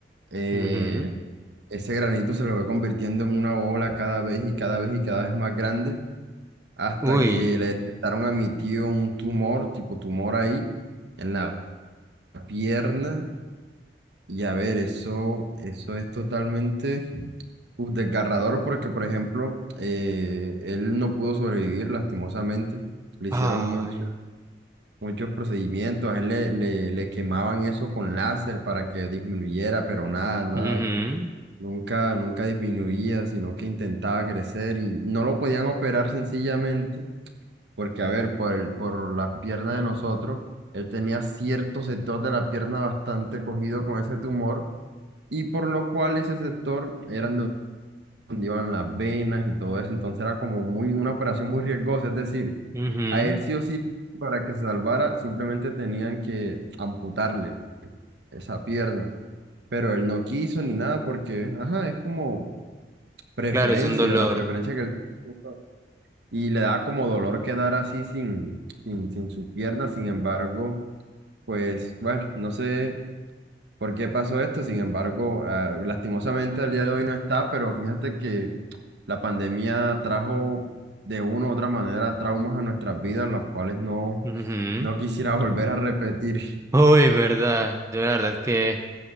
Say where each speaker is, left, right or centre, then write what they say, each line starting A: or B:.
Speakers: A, on the right; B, on the right.
A: eh,
B: ujú.
A: ese granito se le fue convirtiendo en una bola cada vez y cada vez y cada vez más grande, hasta
B: Uy,
A: que le detectaron a mi tío un tumor, tipo tumor ahí, en la pierna. Y a ver, eso, eso es totalmente uf, desgarrador porque, por ejemplo, eh, él no pudo sobrevivir lastimosamente. Le hicieron
B: ay,
A: muchas muchos procedimientos. A él le, le, le quemaban eso con láser para que disminuyera, pero nada, nada,
B: ujú,
A: nunca, nunca disminuía, sino que intentaba crecer y no lo podían operar sencillamente, porque a ver, por el, por la pierna de nosotros, él tenía cierto sector de la pierna bastante cogido con ese tumor y por lo cual ese sector eran donde iban las venas y todo eso, entonces era como muy, una operación muy riesgosa, es decir,
B: ujú.
A: a él sí o sí, para que se salvara, simplemente tenían que amputarle esa pierna. Pero él no quiso ni nada porque, ajá, es como preferencia,
B: Claro, es un dolor.
A: la preferencia que él... tiene. Y le da como dolor quedar así sin, sin, sin su pierna. Sin embargo, pues bueno, no sé por qué pasó esto. Sin embargo, ah, lastimosamente al día de hoy no está, pero fíjate que la pandemia trajo de una u otra manera traumas a nuestras vidas, los cuales no
B: Ujú.
A: No quisiera <laughs> volver a repetir.
B: Uy, verdad. Yo la verdad que